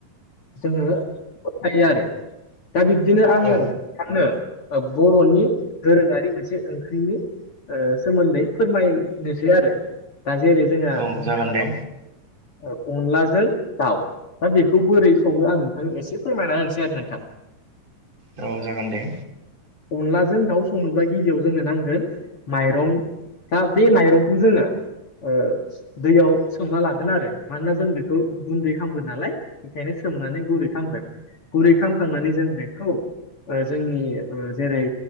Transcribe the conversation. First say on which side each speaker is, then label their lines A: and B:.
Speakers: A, on the left; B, on the right.
A: जोङो फोथायो आरो दा बिब्दिनो आङो
B: औ
A: साननो ओ बर'नि दोरोङारि मोनसे ओंख्रिनि ओ सोमोन्दै फोरमायनोसै आरो दा जेरै जोंहा
B: औ जागोन दे
A: अनलाजों दाउ दा बेखौ बोरै सङनो आं नोंथांनो एसे फोरमायना होनसै आरो नोंथां
B: राहुल जा गान्धी
A: अनलाजों दाउ संनोब्ला गिबियाव जोंनो नांगोन माइरं दा बे माइरंखौ जोङो ओ दैयाव सोमना लागोन आरो मानोना जों बेखौ गुन्दै खालामामगोन नालाय ओंखायनो सो सोमनानै गुरै खालामगोन गुरै खालामखांनानै जों बेखौ ओ जोंनि ओ जेरै